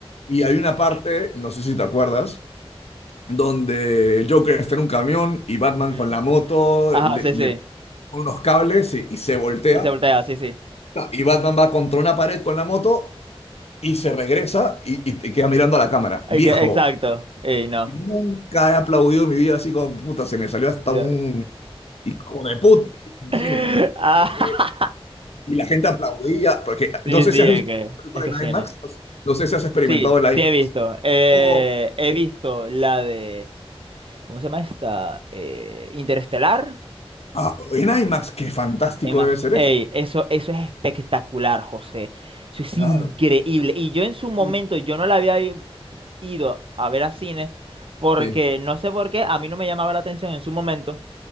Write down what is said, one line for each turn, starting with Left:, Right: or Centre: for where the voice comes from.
Left: Y hay una parte, no sé si te acuerdas, donde el Joker está en un camión y Batman
Right: Ujú.
Left: con la moto
Right: Ajá,
Left: le,
Right: sí,
Left: le
Right: sí.
Left: pone unos cables y y se voltea.
Right: Y se voltea, sí, sí.
Left: Y Batman va contra una pared con la moto Y se regresa y, y te queda mirando a la cámara.
Right: Ay,
Left: Viejo,
Right: que, exacto. Ey, no.
Left: nunca he aplaudido en mi vida así como puta, se me salió hasta
Right: Lo-
Left: un hijo de puta en el
Right: <laughs>
Left: cine.
Right: Ah,
Left: Este, Y la gente aplaudía, porque
Right: <laughs> sí,
Left: no sé
Right: sí,
Left: si has
Right: es
Left: visto
Right: que,
Left: una película
Right: es que cine.
Left: en IMAX, no sé no sé si has experimentado
Right: Sí,
Left: el IMAX.
Right: sí he visto. Eh,
Left: Oh,
Right: he visto la de, ¿cómo se llama esta? Eh, Interestelar.
Left: ah, en IMAX, qué fantástico
Right: Es más,
Left: debe ser
Right: ey,
Left: eso.
Right: eso, eso es espectacular, José. Eso es
Left: Claro,
Right: increíble. Y yo en su momento,
Left: Uh,
Right: yo no la había i- ido a ver a cine porque
Left: sí,
Right: no sé por qué, a mí no me llamaba la atención en su momento.